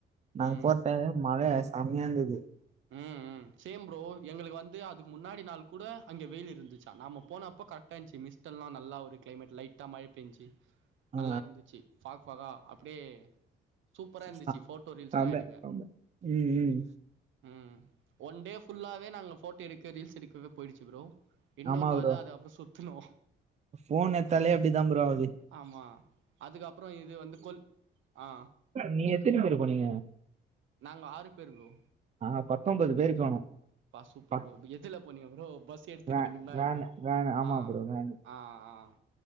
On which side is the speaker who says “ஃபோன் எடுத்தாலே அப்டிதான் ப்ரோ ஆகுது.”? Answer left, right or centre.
Right